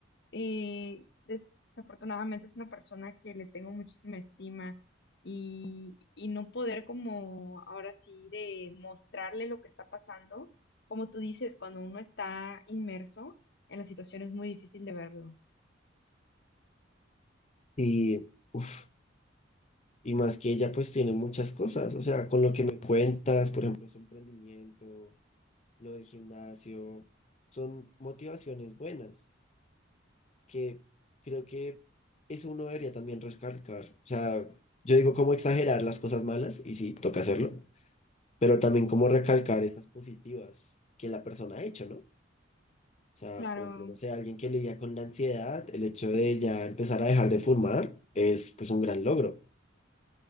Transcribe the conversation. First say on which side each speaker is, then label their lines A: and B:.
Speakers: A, on the left; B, on the left.
A: eh, des- desafortunadamente es una persona que le tengo muchísima estima y, y no poder como ahora sí de mostrarle lo que está pasando, como tú dices, cuando uno está inmerso en la situación es muy difícil de verlo.
B: Y, uff. Y más que ella pues tiene muchas cosas, o sea, con lo que me cuentas, por ejemplo, su emprendimiento, lo del gimnasio, son motivaciones buenas que creo que eso uno debería también recalcar. O sea, yo digo cómo exagerar las cosas malas y sí, toca hacerlo, pero también cómo recalcar esas positivas que la persona ha hecho, ¿no? O sea,
A: Claro,
B: por ejemplo, no sé, alguien que lidia con la ansiedad, el hecho de ya empezar a dejar de fumar es pues un gran logro